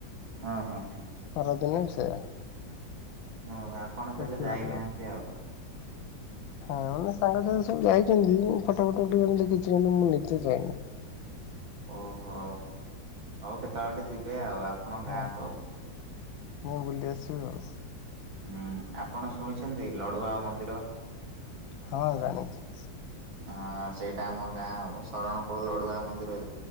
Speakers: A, on the right (about 85°); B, on the left (about 80°).
A: ଅ ହଁ।
B: ଖରାଦିନେ ବି ସେଇଆ।
A: <unintelligible> ଆପଣ ତାହେଲେ
B: ଦେଖିପାରିବ।
A: ଯାଇନାହାନ୍ତି ଆଉ।
B: ହଁ ମାନେ ସାଙ୍ଗ ସାଥୀ ସବୁ ଯାଇଛନ୍ତି। ଫଟୋ ଫଟ <unintelligible> ମୁଁ ନିଜେ ଯାଇନି।
A: ଓହୋ। ହଉ କେତେବେଳେ ଗୋଟେ ଯିବେ ଆଉ। ଆପଣଙ୍କ ଗାଁ
B: ହଁ
A: କୁ
B: ମୁଁ ବୁଲି ଆସିବୁ ଆଉ।
A: ହୁଁ ଆପଣ ଶୁଣିଛନ୍ତି ଲଡୁଆ ମନ୍ଦିର
B: ହଁ ଜାଣିଛି
A: ହଁ ସେଇଟା ଆମ ଗାଁ ଶରଣକୂଳ ଲଡୁଆ ମନ୍ଦିର